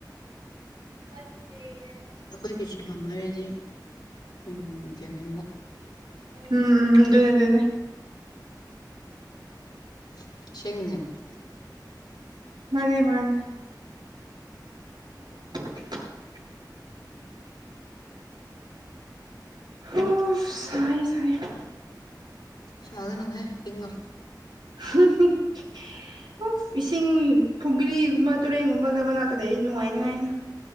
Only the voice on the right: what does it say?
ꯅꯠꯇ°
ꯎꯝꯝ ꯗꯨꯅꯦ ꯗꯨꯅꯦ
ꯃꯥꯅꯦ ꯃꯥꯅꯦ <inaudible> ꯍ‌ꯣꯁ ꯁꯥꯏꯌ° ꯁꯥꯏꯌ°
ꯍꯨꯝ ꯍꯨꯝ <unintelligible> ꯏꯁꯤꯡ ꯐꯨꯒ꯭ꯔꯤꯒꯨꯝꯕ ꯇꯨꯔꯦꯟꯒꯨꯝꯕꯒ ꯃꯅꯥꯛꯇ ꯂꯩꯔꯗꯤ ꯅꯨꯡꯉꯥꯏꯅꯉꯥꯏꯅ°